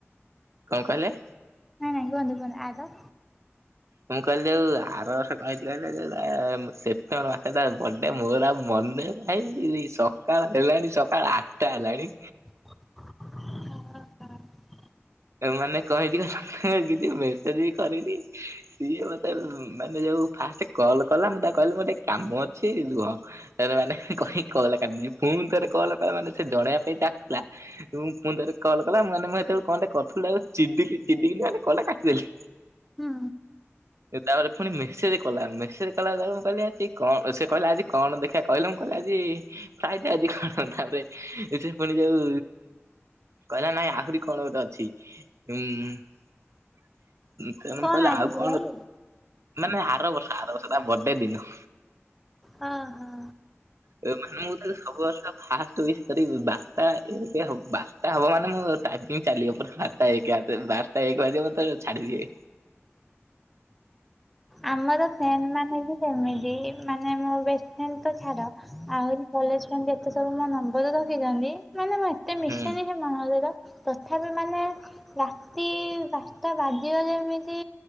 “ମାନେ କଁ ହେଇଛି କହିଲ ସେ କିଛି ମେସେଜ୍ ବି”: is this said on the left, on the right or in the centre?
Right